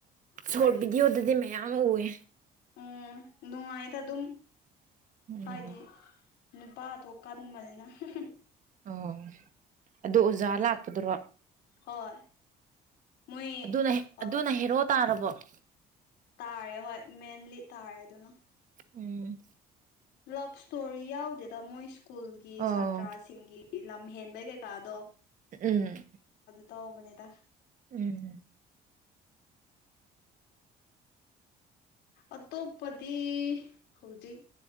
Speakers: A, on the right; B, on the left.
A: ꯁꯣꯔꯠ
B: ꯀꯔꯤ
A: ꯕꯤꯗꯤꯌꯣꯗꯌꯨꯗꯤ ꯃꯌꯥ ꯌꯥꯝꯃ ꯎꯋꯦ
B: ꯎꯝ ꯅꯨꯡꯉꯥꯏꯗ ꯑꯗꯨꯝ
A: <unintelligible>
B: ꯍꯥꯏꯗꯤ ꯅꯨꯄꯥꯗꯣ ꯀꯟꯕꯅꯤꯅ ꯍꯨꯡ ꯍꯨꯡ
A: ꯑꯣ ꯑꯗꯣ ꯑꯣꯖꯥ ꯂꯥꯛꯄꯗꯨꯔꯣ
B: ꯍꯣꯏ ꯃꯣꯏ
A: ꯑꯗꯨꯅ ꯍꯦ
B: ꯑ
A: ꯑꯗꯨꯅ ꯍꯦꯔꯣ ꯇꯥꯔꯕꯣ <inaudible>
B: ꯇꯥꯔꯦ ꯍꯣꯏ ꯃꯦꯟꯂꯤ ꯇꯥꯔꯦ ꯑꯗꯨꯅ
A: ꯎꯝ
B: ꯂꯕ ꯁ꯭ꯇꯣꯔꯤ ꯌꯥꯎꯗꯦꯗ ꯃꯣꯏꯁꯤ ꯀꯨꯜꯒꯤ
A: ꯑꯣ
B: ꯁꯥꯇ꯭ꯔꯥꯁꯤꯡꯒꯤ ꯒꯤ ꯂꯝ ꯍꯦꯟꯕꯩ ꯀꯩ ꯀꯥꯗꯣ
A: ꯎꯝ
B: ꯇꯧꯕꯅꯦꯗ
A: ꯎꯝ
B: ꯑꯇꯣꯞꯄꯗꯤ ꯍꯧꯖꯤꯛ